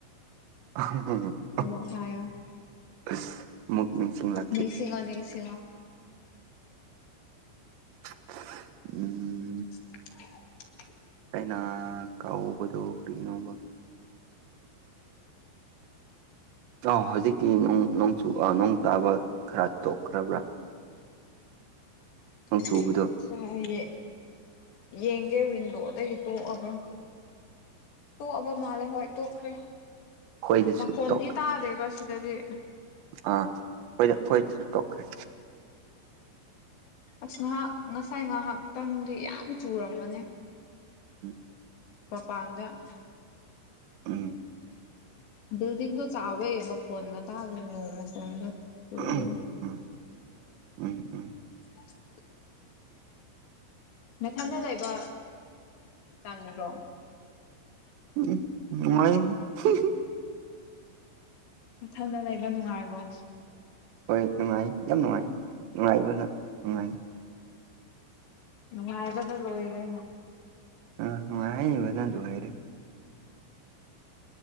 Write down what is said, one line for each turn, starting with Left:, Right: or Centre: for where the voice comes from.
Right: <unintelligible>
Left: <unintelligible> ꯍꯥꯏꯌꯣ꯫
Right: <unintelligible> ꯑꯃꯨꯛ ꯅꯤꯡꯁꯤꯡꯂꯦ꯫
Left: ꯅꯤꯡꯁꯤꯡꯉꯣ ꯅꯤꯡꯁꯤꯡꯉꯣ꯫
Right: <unintelligible> ꯎꯝ
Left: <unintelligible>
Right: ꯑꯩꯅ ꯀꯧꯕꯗꯣ ꯀꯔꯤꯅꯣꯕ <unintelligible> ꯍꯧꯖꯤꯛꯇꯤ ꯅꯣꯡ ꯆꯨꯕ ꯅꯣꯡ ꯇꯥꯕ ꯈꯔ ꯇꯣꯛꯈ꯭ꯔꯕ꯭ꯔꯥ꯫ ꯅꯣꯡ
Left: <unintelligible>
Right: ꯆꯨꯕꯗꯣ
Left: ꯌꯦꯡꯒꯦ ꯋꯤꯟꯗꯣꯗꯒꯤ ꯇꯣꯛꯑꯒ꯫ ꯇꯣꯛꯑꯕ ꯃꯥꯜꯂꯦ ꯍꯣꯏ ꯇꯣꯛꯈ꯭ꯔꯦ
Right: ꯑꯩꯈꯣꯏꯗꯁꯨ
Left: ꯃꯈꯣꯟꯗꯤ
Right: ꯇꯣꯛ
Left: ꯇꯥꯗꯦꯕ ꯁꯤꯗꯗꯤ꯫
Right: ꯑꯥ ꯑꯩꯈꯣꯢ ꯑꯩꯈꯣꯏꯗꯩꯁꯨ ꯇꯣꯛꯈ꯭ꯔꯦ꯫
Left: ꯑꯁ ꯉꯥꯏꯍꯥꯛ ꯉꯁꯥꯏ ꯉꯥꯏꯍꯥꯛꯇꯪꯗꯤ ꯌꯥꯝꯅ ꯆꯨꯔꯝꯕꯅꯤ
Right: <unintelligible>
Left: <unintelligible>
Right: ꯎꯝ꯫
Left: ꯕꯤꯜꯗꯤꯡꯗꯣ ꯆꯥꯎꯋꯦ ꯃꯈꯣꯟꯒ ꯇꯥꯗꯦ ꯅꯣꯡ ꯃꯈꯣꯟꯒ ꯆꯨꯕꯗꯣ
Right: <unintelligible> ꯎꯝ ꯎꯝ
Left: <inaudible> ꯅꯊꯟꯅꯇ ꯂꯩꯕꯥ ꯇꯟꯗ꯭ꯔꯣ꯫
Right: ꯎꯝ ꯅꯉꯥꯏꯍꯦ <unintelligible>
Left: ꯅꯊꯟꯗ ꯂꯩꯕ ꯅꯨꯡꯉꯥꯏꯕ꯭ꯔꯣ꯫
Right: ꯍꯣꯏ ꯅꯨꯡꯉꯥꯏ ꯌꯥꯝ ꯅꯨꯡꯉꯥꯏꯌꯦ ꯅꯨꯡꯉꯥꯏꯕꯅ <unintelligible>
Left: ꯅꯨꯡꯉꯥꯏꯕꯗ ꯂꯣꯏꯔꯦ <unintelligible>
Right: ꯑ ꯅꯨꯡꯉꯥꯏꯃꯟꯕꯅ ꯂꯣꯏꯔꯦ꯫